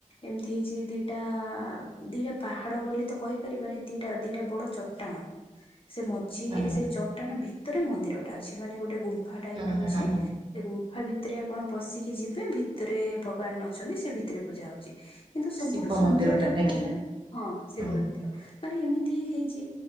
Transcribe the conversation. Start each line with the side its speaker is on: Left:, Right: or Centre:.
Left: ଏମିତି ହେଇଛି ଦିଟା ଦିଟା ପାହାଡ ବୋଲି ତ କହିପାରିବାନି ଦିଟା ଦିଟା ବଡ ଚଟ ଟାଣ ସେ ମଝି
Right: ହୁଁ
Left: ସେଇ ଚଟାଣ ଭିତରେ ମନ୍ଦିରଟା ଅଛି ମାନେ ଗୋଟେ ଗୁମ୍ଫା ଟାଇପ
Right: ହୁଁ
Left: ର ଅଛି।
Right: ହୁଁ
Left: ସେ ଗୁମ୍ଫା ଭିତରେ ଆପଣ ପଶିକି ଯିବେ ଭିତରେ ଭଗବାନ ଅଛନ୍ତି ସେ ଭିତରେ ପୂଜା ହଉଛି। କିନ୍ତୁ ସବୁଠୁ
Right: ଶିବ
Left: ସୁନ୍ଦର
Right: ମନ୍ଦିର ଟା
Left: କଥା
Right: ନାଇଁ କି?
Left: ହେଲା ହଁ ଶିବ
Right: ହୁଁ।
Left: ମନ୍ଦିର ମାନେ ଏମିତି ହେଇଛି